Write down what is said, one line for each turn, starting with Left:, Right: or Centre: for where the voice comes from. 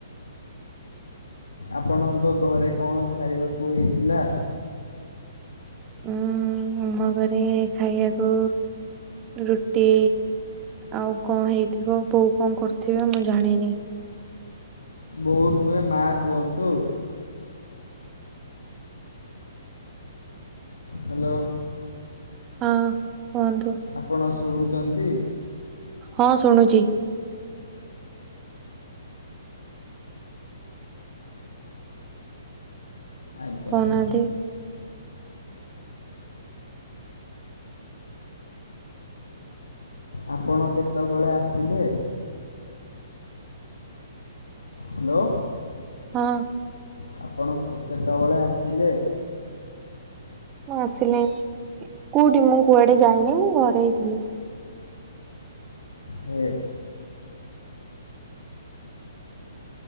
Left: ଆପଣଙ୍କ ଘରେ କଣ ଖାଇବାକୁ ହେଇଥିଲା?
Right: ଉଁ ଆମ ଘରେ ଖାଇବାକୁ ରୁଟି, ଆଉ କଣ ହେଇଥିବ କୋଉ କଣ କରୁଥିବେ ମୁଁ ଜାଣିନି।
Left: ବୋଉ ନୁହେଁ ମା କୁହନ୍ତୁ। ହାଲୋ?
Right: ହଁ କୁହନ୍ତୁ।
Left: ଆପଣ ଶୁଣୁଛନ୍ତି?
Right: ହଁ ଶୁଣୁଚି।
Left: ଆଜ୍ଞା।
Right: କହୁନାହାନ୍ତି
Left: ଆପଣ କେତେବେଳେ ଆସିଲେ? ହାଲୋ?
Right: ହଁ।
Left: ହଁ ଆପଣ କେତେବେଳେ ଆସିଲେ?
Right: ମୁଁ ଆସିଲିଣି କୋଉଠି ମୁଁ କୁଆଡେ ଯାଇନି ମୁଁ ଘରେହିଁଥିଲି।
Left: ହେଁ?